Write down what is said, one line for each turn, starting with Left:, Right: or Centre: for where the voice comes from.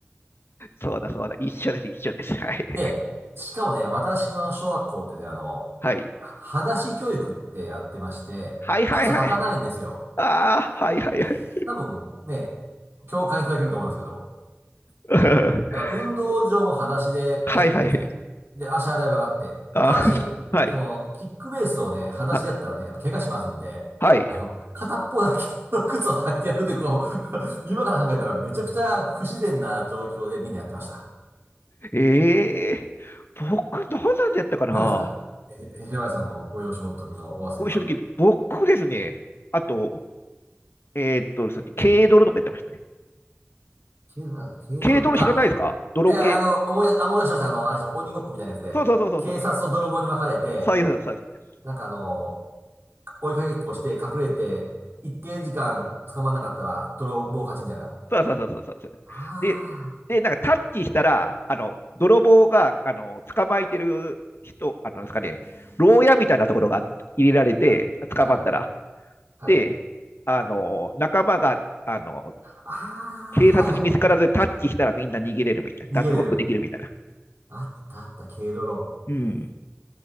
Left: そうだ、そうだ。一緒です、一緒です。はい。
Right: <laughs> で、しかもね、私の小学校ってね、あの、
Left: はい。
Right: 裸足教育ってやってまして、
Left: はいはいはい。
Right: 靴履かないんですよ。
Left: ああ、はいはいはい。
Right: 多分ね、共感いただけると思いますけど、
Left: <laughs>
Right: だから運動場も裸足で行くんですね。
Left: はいはい。
Right: で、足洗い場があって。
Left: あー、
Right: ただし、
Left: はい。
Right: その、キックベースをね、裸足だったらね、
Left: あ、
Right: やっぱ怪我しますんで、
Left: はい。
Right: あの、片っぽだけ <laughs> の靴を履いてやるという、こう、<laughs> 今から考えたらめちゃくちゃ不自然な状況でみんなやってました。
Left: ええー僕、どうなんでやったかな
Right: 何ですかねへ、平林さんのご幼少の時のお遊びは。
Left: ご正時僕ですね。あと、えーっと、そう軽泥とかやってましたね。
Right: 軽泥なんだ、軽泥って、
Left: 軽泥知らないですか泥系。
Right: あ、いや、あの、思い出、あ思い出しました。あの、あれでしょ、鬼ごっこみたいなやつで、
Left: そうそうそうそうそう。
Right: 警察と泥棒に分かれて、
Left: そういうそうです。そうです。
Right: なんかあの、追いかけっこして隠れて、一定時間捕まんなかったら泥棒勝ちみたいな。
Left: そうそうそうそうそうそう。
Right: あ
Left: で、で、なんかタッチしたら、あの、泥棒が、あの、捕まえてる人、あの、なんですかね、牢屋みたいなところが入れられて、
Right: あ、は、
Left: 捕まったら。
Right: はい、はい。
Left: で、あの、仲間が、あの、
Right: ああ、
Left: 警察に見つからずタッチしたらみんな逃げれるみたいな。
Right: はいはい。逃げれる。
Left: 脱獄できるみたいな。
Right: あったあった、軽泥。
Left: うん。